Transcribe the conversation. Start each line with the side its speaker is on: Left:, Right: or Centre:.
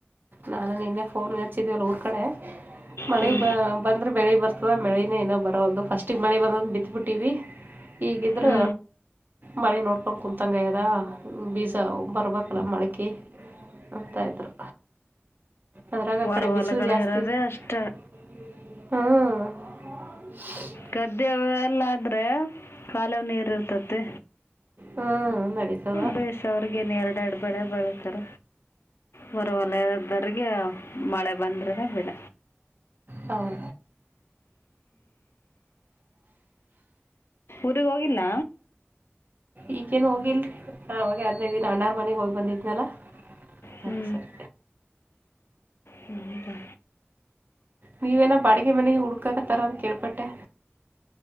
Right: ನಾನು ನಿನ್ನೆ ಫೋನ್ ಹಸಿದ್ದೇವಲ್ಲ ಊರ್ ಕಡೆ. ಮಳೆಗ
Left: ಹ್ಞೂ
Right: ಬಂದ್ರೆ ಬೆಳಿಗ್ ಬರ್ತದ ಮಳೆ. ಇ ಏನೋ ಬರಲ್ದು ಫಸ್ಟ್ ಮಳಿ ಬಂದಂದು ಬಿತ್ಬಿಟ್ಟಿವಿ ಈಗಿದ್ರ.
Left: ಹ್ಞೂ
Right: ಮಳಿ ನೋಡ್ಕೊಂಡ್ ಕುಂತಂಗಯ್ಯದ ಬೀಜ ಬರ್ಬಕ್ಲ್ಲ ಮಳಕಿ. ಹಗ್ತಾ ಇದ್ರು. ಅದ್ರಾಗ ಆ
Left: ವರವಲಗಳ
Right: ಕಡೆ ಬಿಸಿಲು ಜಾಸ್ತಿ
Left: ಇರೋದೇ ಅಷ್ಟ.
Right: ಹ್ಮ್.
Left: ಗದ್ದೆ ಅವ ಎಲ್ಲ ಆದ್ರೆ. ಕಾಲುವೆ ನೀರ ಇರತೈತೆ
Right: ಹ್ಮ್ ನಡೀತದ
Left: ಬೆಸ್ ಸಾವ್ರಗೇನು ಎರಡು ಎರಡು ಬೆಳೆ ಬೆಳಿತಾರ. ಹೊರ ವಲಯದರಿಗೆ ಮಳೆ ಬಂದ್ರೆನ ಬಿಡ
Right: ಹೌದ.
Left: ಊರಿಗೆ ಹೋಗಿಲ್ಲ.
Right: ಈಗೇನ್ ಹೋಗಿಲ್ರಿ ಅವಾಗೆ ಹದಿನೈದು ದಿನ ಅಣಾರ್ ಮನೆಗೆ ಹೋಗಿ ಬಂದಿದ್ನಲ್ಲ. ಸರಿ
Left: ಹ್ಞೂ
Right: ಸರಿ.
Left: ಹೌದಾ.
Right: ನೀವೇನ ಬಾಡಿಗೆ ಮನೆ ಹುಡ್ಕಕತ್ತರ ಅಂತ ಕೇಳ್ಪಟ್ಟೆ.